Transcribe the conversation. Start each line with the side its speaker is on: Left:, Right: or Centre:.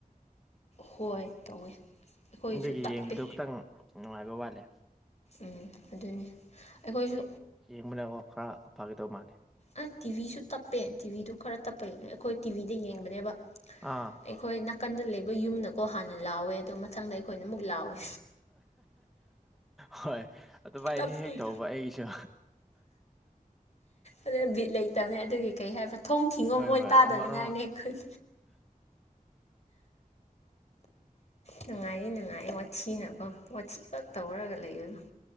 Left: ꯍꯣꯏ ꯇꯧꯋꯦ ꯑꯩꯈꯣꯏꯒꯤꯁꯨ
Centre: ꯑꯗꯨꯒꯤ
Left: ꯇꯞꯄꯦ
Centre: ꯌꯦꯡꯕꯗꯣ ꯈꯤꯇꯪ ꯅꯨꯡꯉꯥꯏꯕ ꯋꯥꯠꯂꯦ
Left: ꯎꯝ ꯑꯗꯨꯅꯤ ꯑꯈꯣꯏꯁꯨ
Centre: ꯌꯦꯡꯕꯗꯀꯣ ꯈꯔ ꯐꯥꯒꯗꯧ ꯃꯥꯜꯂꯦ
Left: ꯑꯥ ꯇꯤꯚꯤꯁꯨ ꯇꯞꯄꯦ ꯇꯤꯚꯤꯗꯣ ꯈꯔ ꯇꯞꯄꯩ ꯑꯈꯣꯏ ꯇꯤꯚꯤꯗ ꯌꯦꯡꯕꯅꯦꯕ
Centre: ꯑꯥ
Left: ꯑꯩꯈꯣꯏ ꯅꯥꯀꯟꯗ ꯂꯩꯕ ꯌꯨꯝꯅꯀꯣ ꯍꯥꯟꯅ ꯂꯥꯎꯋꯦ ꯑꯗꯣ ꯃꯊꯪꯗ ꯑꯩꯈꯣꯏꯅ ꯑꯃꯨꯛ ꯂꯥꯎꯋꯦ
Centre: ꯍꯣꯏ ꯑꯗꯨꯃꯥꯏ
Left: ꯇꯞꯄꯩ
Centre: ꯍꯦꯛ ꯍꯦꯛ ꯇꯧꯕ ꯑꯩꯒꯤꯁꯨ
Left: ꯑꯗꯨꯅꯦ ꯕꯤꯠ ꯂꯩꯇꯕꯅꯦ ꯑꯗꯨꯒꯤ ꯀꯩ ꯍꯥꯏꯕ ꯊꯣꯡ ꯊꯤꯡꯒꯣ
Centre: ꯍꯣꯏ
Left: ꯃꯣꯏ
Centre: ꯍꯣꯏ
Left: ꯇꯥꯗꯅꯤꯉꯥꯏꯅꯦ
Centre: ꯑꯃꯔꯣꯝ
Left: ꯑꯩꯈꯣꯏ ꯅꯨꯡꯉꯥꯏꯌꯦ ꯅꯨꯡꯉꯥꯏꯌꯦ ꯋꯥꯊꯤꯅꯀꯣ ꯋꯥꯊꯤ ꯈꯛ ꯇꯧꯔꯒ ꯂꯩꯕꯗꯣ